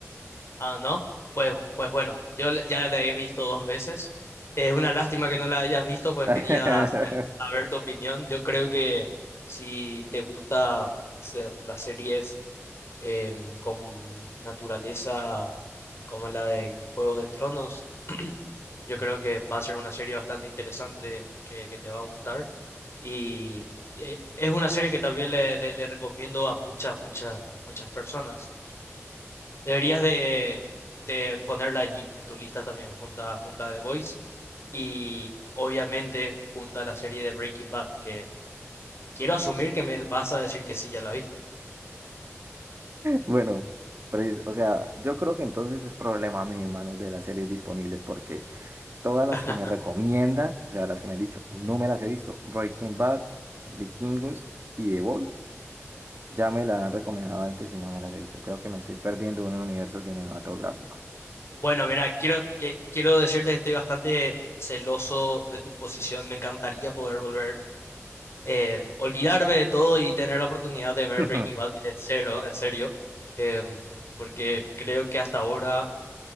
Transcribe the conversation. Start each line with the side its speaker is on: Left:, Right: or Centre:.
Left: Ah, ¿no? Pues, pues bueno, yo le- ya la he visto dos veces. Es una lástima que no la hayas visto, pues
Right: <laughs>
Left: quería sa- saber tu opinión. Yo creo que si te gusta se- las series em, con naturaleza como la de Juegos de Tronos, <clears throat> yo creo que va a ser una serie bastante interesante que, que te va a gustar. Y eh, es una serie que también le, le- le recomiendo a muchas, muchas, a muchas personas. Deberías de, de ponerla allí en tu lista también, junto a, junto a The Voice y obviamente junto a la serie de Breaking Bad, que quiero asumir que me vas a decir que sí, ya la viste.
Right: Bueno, pues, o sea, yo creo que entonces es problema mío, hermanos, de las series disponibles, porque Todas las
Left: <laughs>
Right: que me recomiendan, o sea, las que me han dicho, no me las he visto. Breaking Bad, Vikingos y The Boys, ya me la han recomendado antes y no me las he visto. Creo que me estoy perdiendo un universo cinematográfico.
Left: Bueno, mira, quiero, que, quiero decirte que estoy bastante celoso de tu posición. Me encantaría poder volver, eh, olvidarme de todo y tener la oportunidad de ver
Right: <laughs>
Left: Breaking Bad de cero, en serio, em, porque creo que hasta ahora